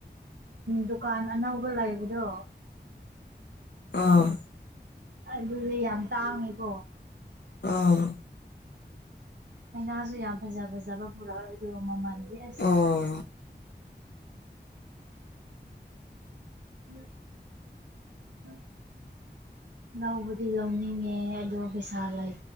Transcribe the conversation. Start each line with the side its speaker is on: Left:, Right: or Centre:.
Right: ꯗꯨꯀꯥꯟ ꯑꯅꯧꯕ ꯂꯩꯕꯗꯣ
Left: ꯑꯥ
Right: ꯑꯗꯨꯗꯤ ꯌꯥꯝ ꯇꯥꯡꯉꯦꯀꯣ
Left: ꯑꯥ
Right: ꯑꯩꯅꯥꯁꯨ ꯌꯥꯝ ꯐꯖ ꯐꯖꯕ ꯄꯨꯔꯛꯑꯣꯏ ꯑꯗꯨꯒ ꯃꯃꯜꯗꯤ ꯑꯁ
Left: ꯑꯥ
Right: <unintelligible> ꯂꯧꯕꯗꯤ ꯂꯧꯅꯤꯡꯉꯦ ꯑꯗꯣ ꯄꯩꯁꯥ ꯂꯩ